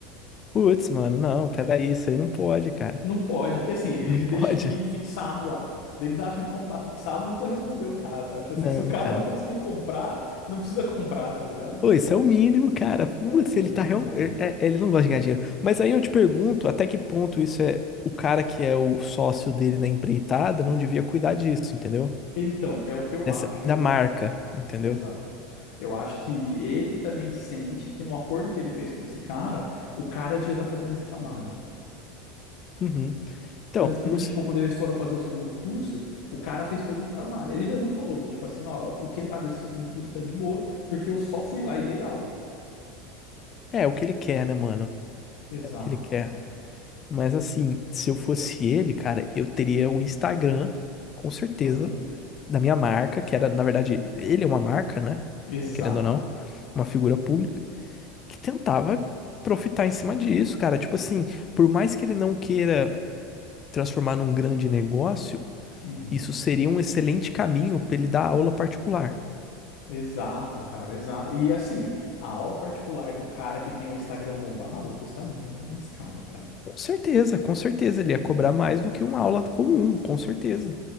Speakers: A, on the left (about 35°); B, on the left (about 70°).
A: Putz, mano, não, peraí, isso aí não pode, cara.
B: Não pode,
A: <laughs>
B: porque assim, eles
A: Não pode.
B: deixam um link fixado lá. Daí Eles acham que como tá fixado, não precisa responder o cara, sabe? Tipo assim,
A: Não,
B: <laughs> se o cara
A: cara.
B: não conseguiu comprar, não precisa comprar, tá ligado?
A: Pô, isso é o mínimo, cara. Putz,
B: É o mínimo,
A: ele tá real...
B: cara.
A: é- é- ele não gosta de ganhar dinheiro. Mas aí eu te pergunto, até que ponto isso é o cara que é o sócio dele na empreitada não devia cuidar disso, entendeu?
B: Então, é o que eu
A: Dessa
B: acho. Eu,
A: da marca, entendeu?
B: exato. Eu acho que ele também sente que no acordo que ele fez com esse cara, o cara devia estar fazendo esse trabalho.
A: Uhum. Então,
B: Tanto que,
A: não
B: do
A: sei.
B: tipo, quando eles foram fazer o segundo curso, o cara fez todo o trabalho. Ele mesmo falou, do tipo assim, ó, o que entrar desse segundo curso tá de boa, porque eu só fui lá e dei aula.
A: É o que ele quer, né, mano?
B: Exato,
A: É o que ele quer.
B: cara.
A: Mas assim, se eu fosse ele, cara, eu teria o Instagram, com certeza,
B: Aham.
A: da minha marca, que era, na verdade, ele é uma marca, né?
B: Exato.
A: Querendo ou não, uma figura pública, que tentava profitar em cima disso, cara. Tipo assim, por mais que ele não queira transformar num grande negócio,
B: Uhum.
A: isso seria um excelente caminho pra ele dar aula particular.
B: Exato, cara, exato. E assim, a aula particular do cara que tem o Instagram bombado custa muito mais caro, cara.
A: Com certeza, com certeza, ele ia cobrar mais do que uma aula comum, com certeza.